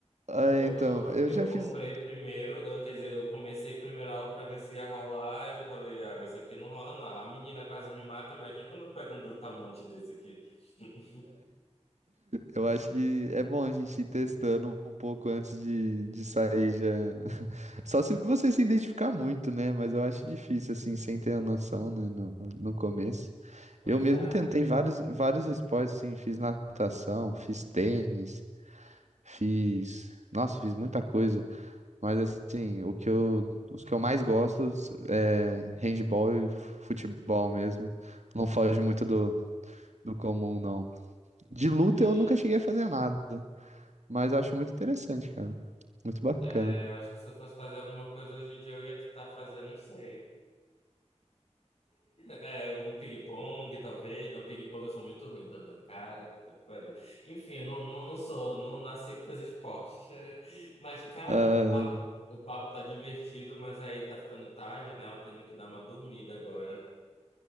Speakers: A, on the right; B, on the left.
A: Ah,
B: Eu,
A: então,
B: eu,
A: eu
B: eu
A: já
B: comprei
A: fiz.
B: primeiro, eu- quer dizer, eu comecei primeiro a aula pra ver se ia rolar. e Eu falei, ah, isso aqui não rola, não. A menina quase me mata, imagina quando eu pego um brutamonte desse aqui. <laughs>
A: Eu acho que é bom a gente ir testando um pouco antes de, de sair já. <laughs> Só se você se identificar muito, né? Mas eu acho difícil, assim, sem ter a noção, né? No, no começo.
B: Pois
A: Eu mesmo
B: é,
A: tentei vários, vários esportes, assim, fiz natação, fiz tênis, fiz. Nossa, fiz muita coisa. Mas, assim, o que eu, os que eu mais gosto é handball e futebol mesmo. Não foge muito do, do comum, não. De luta
B: sim.
A: eu nunca cheguei a fazer nada. Mas eu acho muito interessante, cara. Muito bacana.
B: É, eu acho que se eu fosse fazer alguma coisa hoje em dia, eu ia tentar fazer, não sei. É, um ping-pong, talvez. Não, ping-pong eu sou muito ruim também, cara. Puta que pariu. Enfim, não, não, não sou, não nasci pros esportes. <laughs> Mas, cara,
A: Ah,
B: o papo, o papo tá divertido, mas aí tá ficando tarde, né? Eu tenho que dar uma dormida agora.